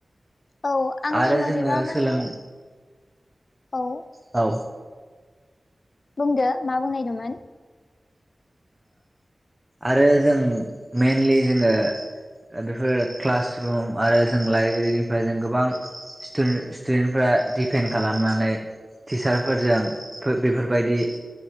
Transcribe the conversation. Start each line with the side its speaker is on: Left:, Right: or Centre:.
Left: औ आंनि
Right: आरो
Left: मथेबा
Right: जोङो
Left: माने
Right: सोलों
Left: औ
Right: औ
Left: बुंदो मा बुंनायदोंंमोन
Right: आरो जों मेनलि जोङो बेफोर क्लासरुम आरो जों लाइब्रेरिनिफ्राय जों गोबां स्टुदेन्टफ्रा दिडपेन्ड खालामनानै टिचारफोरजों बेफोरबायदि